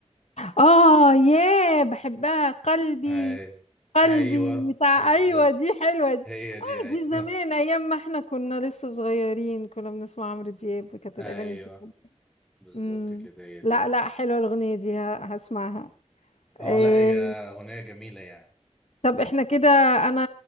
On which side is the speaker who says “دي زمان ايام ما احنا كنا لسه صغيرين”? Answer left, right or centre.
Left